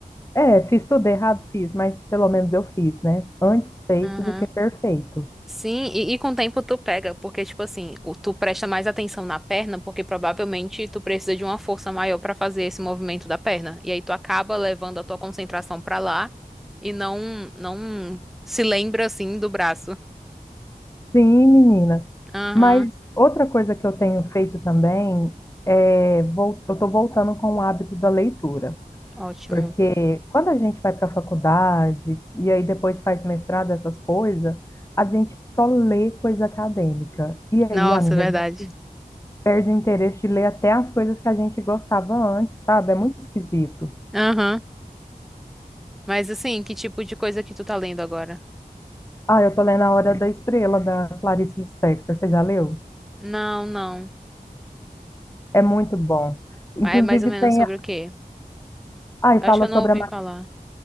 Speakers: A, on the left (about 20°); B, in the centre.
A: é, fiz tudo errado, fiz, mas pelo menos eu fiz, né? Antes feito
B: Aham.
A: do que perfeito.
B: Sim, e, e com o tempo tu pega, porque, tipo assim, o- tu presta mais atenção na perna, porque provavelmente tu precisa de uma força maior pra fazer esse movimento da perna. E aí tu acaba levando a tua concentração pra lá e não, não se lembra, assim, do braço.
A: Sim, menina.
B: Aham,
A: Mas outra coisa que eu tenho feito também é, vol- eu estou voltando com o hábito da leitura.
B: ótimo.
A: Porque quando a gente vai para a faculdade e aí depois faz mestrado, essas coisas, a gente só lê coisa acadêmica. E aí,
B: Nossa,
A: amiga,
B: verdade.
A: a gente perde o interesse de ler até as coisas que a gente gostava antes, sabe? É muito esquisito.
B: Aham. Mas, assim, que tipo de coisa que tu tá lendo agora?
A: Ah, eu tô lendo A Hora da Estrela, da Clarice Lispector. Você já leu?
B: Não, não.
A: É muito bom. Inclusive
B: Mas É mais ou menos
A: tem...
B: sobre o quê?
A: Ah, e
B: Eu
A: fala
B: acho que eu
A: sobre
B: não ouvi
A: a, Ma-
B: falar.